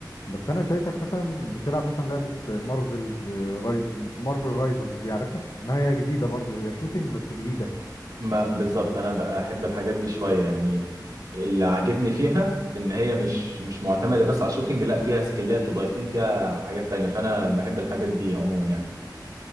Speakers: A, on the left; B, on the right.
A: بس انا شايفك مثلا بتلعب مثلا لعبة مارفلز راي... مارفل رايفلز دي عارفها ما هي جديدة برضو هي شوتينج بس جديدة
B: ما بالظبط انا بقى احب الحاجات دي شويه يعني اللي عاجبني فيها ان هي مش مش معتمده بس على الشوتينج لا فيها سكيلات وضايفين فيها حاجات تانية فانا بحب الحاجات دي عموما يعني